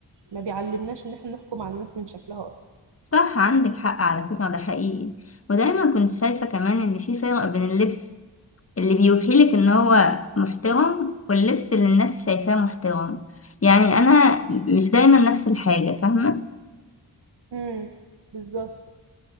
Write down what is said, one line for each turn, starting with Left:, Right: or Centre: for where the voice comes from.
Right: ما بيعلمناش ان احنا نحكم على الناس من شكلها اصلا
Left: صح عندك حق على فكرة ده حقيقي ودايما كنت شايفة كمان إن في فرق بين اللبس اللي بيوحيلك إن هو محترم واللبس اللي الناس شايفاه محترم يعني أنا مش دايما نفس الحاجة فاهمة؟
Right: امم بالظبط